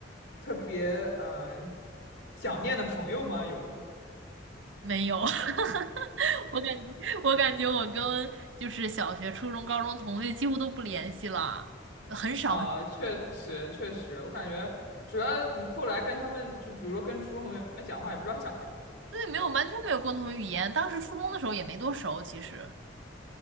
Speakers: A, on the left; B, on the right.
A: 特别嗯、呃想念的朋友吗？有吗？
B: 没有，<laughs> 我感觉我感觉我跟就是小学、初中、高中同学几乎都不联系了，很少。
A: 啊，确实确实，我感觉主要你后来跟他们，就比如说跟初中同学讲话，也不知道讲什么，
B: 对，没有，完全没有共同语言。当时初中的时候也没多熟，其实，